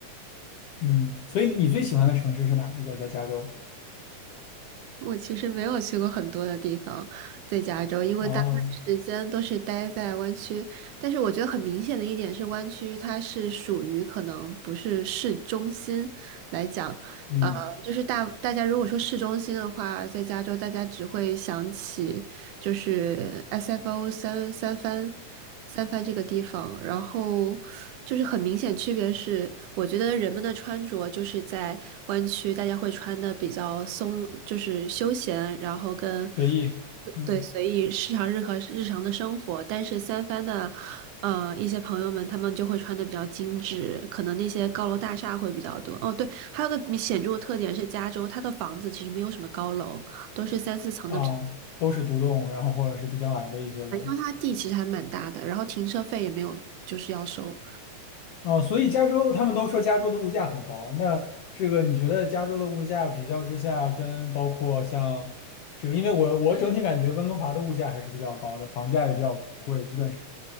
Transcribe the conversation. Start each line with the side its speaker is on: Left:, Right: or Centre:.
Left: 嗯，所以你最喜欢的城市是哪一个？在加州？
Right: 我其实没有去过很多的地方，在加州，因为大部分时间都是待在湾区。
Left: 哦，
Right: 但是我觉得很明显的一点是，湾区它是属于可能不是市中心来讲，
Left: 嗯，
Right: 呃，就是大大家如果说市中心的话，在加州大家只会想起。就是 SFO 三三番三番这个地方，然后就是很明显区别是，我觉得人们的穿着就是在湾区大家会穿的比较松，就是休闲，然后跟
Left: 随意。嗯。
Right: 对随意日常日和日常的生活，但是三番的呃一些朋友们他们就会穿的比较精致，可能那些高楼大厦会比较多。哦，对，还有个显著的特点是加州它的房子其实没有什么高楼，都是三四层的。
Left: 啊，都是独栋，然后或者是比较矮的一些楼。
Right: 因为它地其实还蛮大的，然后停车费也没有，就是要收。
Left: 哦，所以加州他们都说加州的物价很高，那这个你觉得加州的物价比较之下，跟包括像这个，因为我我整体感觉温哥华的物价还是比较高的，房价也比较贵，就